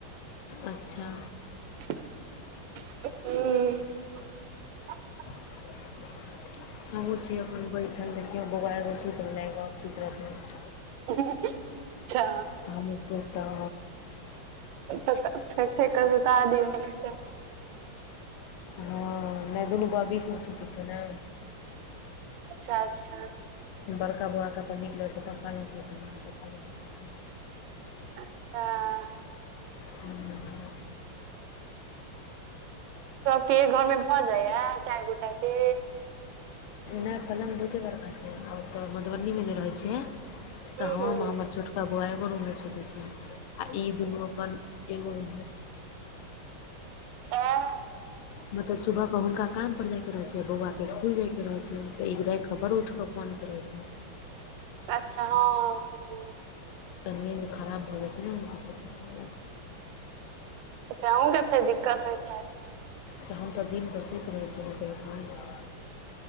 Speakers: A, on the left (about 85°); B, on the right (about 75°).
A: अच्छा
B: हूं।
A: <unintelligible> हमहुं छी अपन बैठल देखियौ बौआ एगो सुति रहलै एगो और सुति रहतै
B: अच्छा।
A: तऽ हमु सुतब।
B: ठोकि ठोकि क सुता दियौ <unintelligible>
A: हँ नहि दुनू बौआ बीच मे सुते छै ने
B: अच्छा अच्छा।
A: बड़का बौआकेँ अपन नीक लगैछै पप्पा लग सुतै में त पप्पा लग सुतै छै।
B: अच्छा।
A: हम्म
B: सबके एक घर में भऽ जाइयै चारि गोटा के?
A: नहि पलङ्ग बहुते बड़का छै आ ओतऽ मधुबनीमे जे रहै छीयै तऽ
B: हूं
A: हम
B: हूं
A: हमर छोटका ब बौआ एगो रूममे सुतै छै आओर ई दुनू अपन एगो रूममे।
B: आ।
A: मतलब सुबहके हुनका कामप पर जाइके रहै छै बौआके इसकुल जाइके रहै छै तऽ ई रातिकेऽ बड़ उठ कऽ। मनैत रहै छै।
B: अच्छा हँ हँ।
A: तऽ निंद खराब भऽ जाइ छै ने हुनकर सबके।
B: अच्छा अहूके फेर दिक्कत होइत हेत।
A: तऽ हम तऽ दिनकऽ सुति रहैत छलौ कहियो काल।